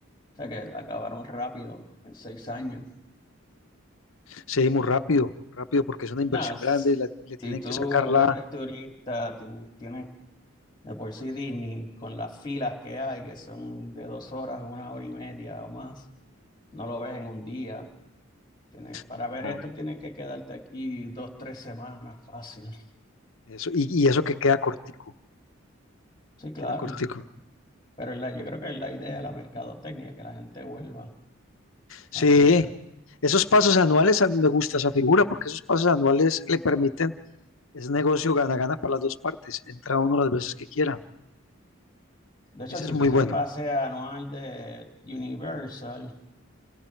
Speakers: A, on the left; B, on the left.
A: o sea que acabaron rápido, en seis años.
B: Sí, muy rápido, rápido, porque es una inversión
A: Nada, s-
B: grande, la- le tienen
A: si tú
B: que sacar la,
A: eres turista, tú tienes de por sí Disney con las filas que hay, que son de dos horas una hora y media o más, no lo ves en un día. Tienes- para
B: No,
A: ver esto tienes que quedarte aquí dos, tres semanas fácil.
B: eso, y, y eso que queda cortico,
A: Sí, claro,
B: queda cortico.
A: pero es la- yo creo que es la idea, la mercadotecnia, que la gente vuelva
B: Sí,
A: a verlo.
B: esos pasos anuales, a mí me gusta esa figura porque esos pasos anuales le permiten, es negocio gana-gana para las dos partes, entra uno las veces que quiera.
A: De hecho,
B: Ese
A: si
B: es muy
A: tienes
B: bueno.
A: pase anual de Universal,